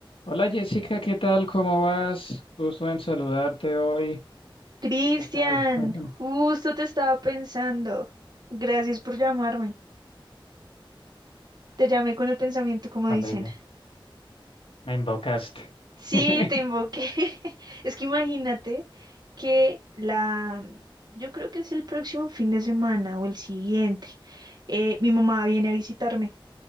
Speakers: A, on the left; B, on the right.
A: Hola Jessica, ¿qué tal? ¿Cómo vas? Gusto en saludarte hoy.
B: Cristian,
A: ¿Qué tal? Cuéntame.
B: justo te estaba pensando. Gracias por llamarme. Te llamé con el pensamiento, como
A: Tan
B: dicen.
A: bella, me invocaste. <laughs>
B: Sí, te invoqué. <laughs> Es que imagínate que la, yo creo que es el próximo fin de semana o el siguiente. eh, mi mamá viene a visitarme,